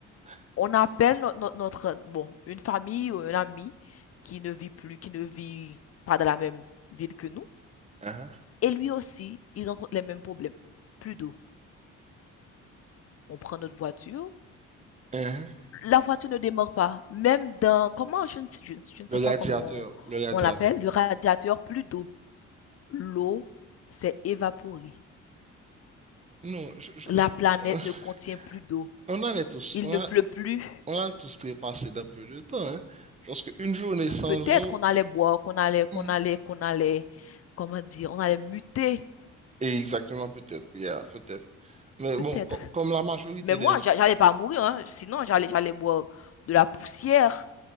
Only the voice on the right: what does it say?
<laughs>
Ah,
ah.
Le
radiateur,
le radiateur.
Non, je, je,
je-
<laughs>
On allait tous,
on
a-
on allait tous trépasser d'un peu de temps, hein. Parce qu'une journée sans
eau,
oh,
hmm.
Et exactement, peut-être, yeah, peut-être. Mais bon,
co- comme la majorité
des...